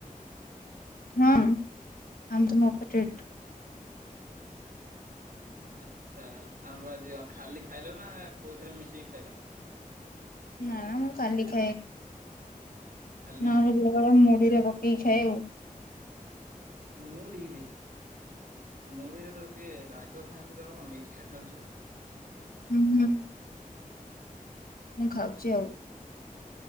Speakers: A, on the left; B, on the right.
A: ହଁ ଆମ ମକ ଟେଟ
B: ଆଚ୍ଛା ଆମ୍ବା ଯ ଖାଲି ଖାଇଲ ନା କୋଉଥିରେ ମିଶିକି ଖାଇଲ
A: ନା ନା ମୁଁ କାଲିିକାଏ
B: ଖାଲି
A: ନହେଲେ ବେଳେବେଳେ ମୁଢିରେ ପକେଇକି ଖାଏ ଆଉ
B: ମୁଢିରେ ମୁଢିରେ ତ ଦେଖ ରାଗ ଖାଆନ୍ତି ତମେ ମିଠା ଖାଉଛ
A: ହୁଁ ହୁଁ ମୁଁ ଖାଉଛି ଆଉ